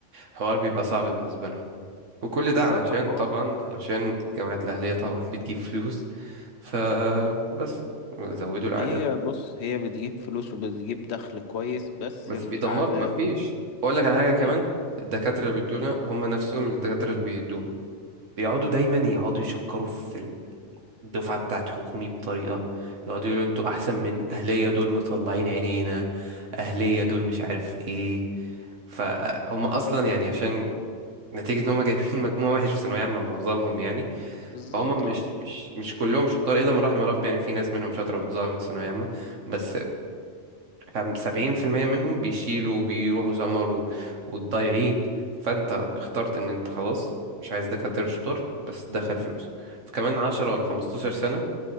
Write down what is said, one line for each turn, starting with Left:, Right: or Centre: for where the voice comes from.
Right: الحوار بيبقى صعب بالنسبة لهم وكل ده
Left: بالظبط
Right: علشان
Left: الحوار
Right: طبعا علشان جامعة الأهلية طبعا <laughs> بتجيب فلوس فبس زودوا الأعداد
Left: ما هي بص هي بتجيب فلوس وبتجيب دخل كويس بس
Right: بس
Left: الأعداد
Right: بيدمروا مفيش اقول لك على حاجه كمان
Left: هي
Right: الدكاتره اللي بيدونا هم نفسهم الدكاتره اللي بيدوهم بيقعدوا دايما يقعدوا يشكروا في الدفعه بتاعت حكومي بطريقه يقعدوا يقولوا انتوا احسن من اهليه دول مطلعين عينينا اهليه دول مش عارف ايه فهم اصلا يعني عشان نتيجه ان هم جايبين <laughs> مجموع وحش في ثانويه عامه معظمهم يعني
Left: بالظبط
Right: فهم مش
Left: اه
Right: مش مش كلهم شطار الا من رحم ربي يعني في ناس منهم شاطره واتظلمت في ثانويه عامه بس خم- 70% منهم بيشيلوا وبيروحوا سمر و- والضايعين فانت اخترت ان انت خلاص مش عايز دكاترة شطار بس دخل فلوس فكمان 10 ولا 15 سنة